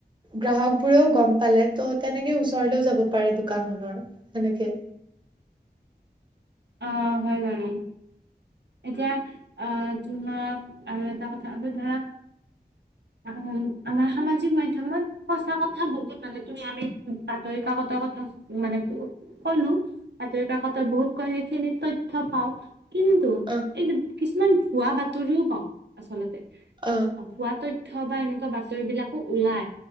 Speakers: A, on the right (about 25°); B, on the right (about 80°).
A: গ্ৰাহক বোৰেও গম পালে ত' তেনেকে ওচৰলেও যাব পাৰে দোকানখনৰ, সেনেকে।
B: অ', হয় বাৰু। এতিয়া আহ, তোমাক আৰু এটা কথা এতিয়া ধৰা উম, আমাৰ সামাজিক মাধ্যমত সঁচা কথা বহুত মানে, তুমি আমি বাতৰি কাকতৰ কথা মানে কলো বাতৰি কাকত বহুত ক সেইখিনি তথ্য পাওঁ। কিন্তু
A: অ',
B: এই কিছুমান ভুৱা বাতৰিও পাওঁ আচলতে,
A: অ',
B: ভুৱা ত থ্য বা এনেকুৱা বাতৰি বিলাকো ওলাই,